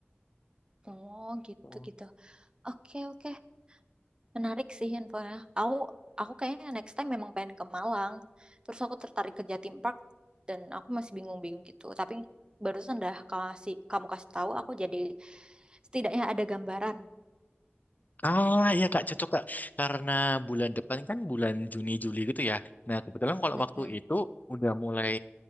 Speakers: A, on the right; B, on the left.
A: Oh, gitu
B: Oh.
A: gitu. Oke oke, menarik sih infonya. Aku aku kayaknya next time memang pengen ke Malang. Terus aku tertarik ke Jatim Park dan aku masih bingung-bingung gitu. Tapi barusan dah kasih kamu kasih tahu, aku jadi setidaknya ada gambaran.
B: Ah, ya Kak, cocok Kak. Karena bulan depan kan bulan Juni Juli gitu ya. Nah, kebetulan kalau
A: Mm-mm.
B: waktu itu udah mulai